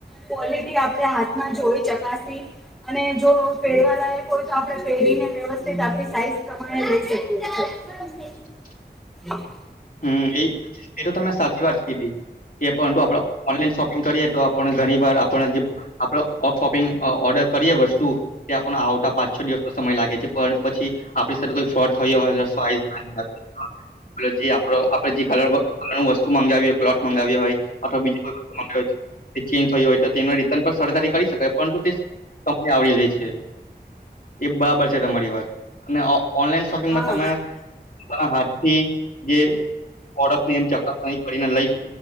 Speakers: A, in the centre; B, on the left.
A: ક્વોલિટી આપણે હાથમાં જોઈ ચકાશી. અને જો પહેરવા લાયક હોય તો આપણે પેઢીને વ્યવસ્થિત આપ સાઈઝ પ્રમાણે લઈ શકીએ છીએ.
B: <unintelligible> <inaudible>
A: હું. <inaudible>
B: હું એ એ તો તમે સાચી વાત કીધી. એ પરંતુ આપણે ઓનલાઈન શોપિંગ કરીએ તો આપણે ઘણીવાર આપણે જેમ. આપડે અ શોપિંગ અ ઓર્ડર કરીએે વસ્તુ. ત્યાં પણ આવતા પાંચ -છ દિવસનો સમય લાગે છે, પણ પછી આપણી સાથે કોઈ ફ્રોટ થયો હોય જે સાઇઝ <unintelligible> આપ આપડે જે કલર. રું વસ્તુ મંગાવી હો ક્લોથ મગાવ્યા હોય અથવા બીજી કોઈ વસ્તુ મંગાવી ચેન્જ થય હોય તો તેમને રિટર્ન પણ સરધથી કરી શકાય પરંતુ તે કપને આવરી લે છે એ બરાબર છે તમારી વાત અને ઓ ઓનલાઈન શોપિંગમાં
A: હા
B: તમે હાથ થી જે ઓડસ ની એમ ચકાસ કરીને લઈ